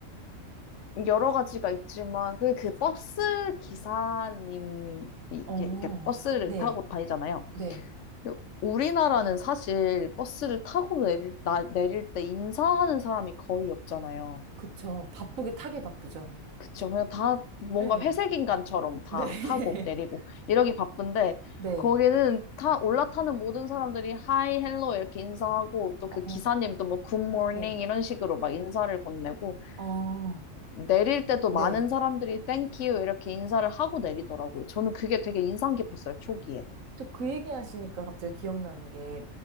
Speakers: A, on the left; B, on the right.
A: 여러 가지가 있지만 그, 그 버스 기사님이 이게-
B: 어,
A: 이렇게 버스를
B: 네.
A: 타고 다니잖아요.
B: 네.
A: 근데 우리나라는 사실 버스를 타고 내릴, 나- 내릴 때 인사하는 사람이 거의 없잖아요.
B: 그쵸. 바쁘게 타게 바쁘죠.
A: 그쵸. 그냥 다 뭔가
B: 네.
A: 회색 인간처럼 다
B: 네.
A: 타고 내리고
B: <laughs>
A: 이러기 바쁜데
B: 네.
A: 거기는 타 올라타는 모든 사람들이 하이 헬로 이렇게 인사하고 또
B: 어,
A: 그 기사님도 뭐 굿모닝
B: 네.
A: 이런 식으로 막 인사를 건네고
B: 어,
A: 내릴 때도
B: 네.
A: 많은 사람들이 땡큐 이렇게 인사를 하고 내리더라고요. 저는 그게 되게 인상 깊었어요. 초기에.
B: 저 그 얘기 하시니까 갑자기 기억나는 게,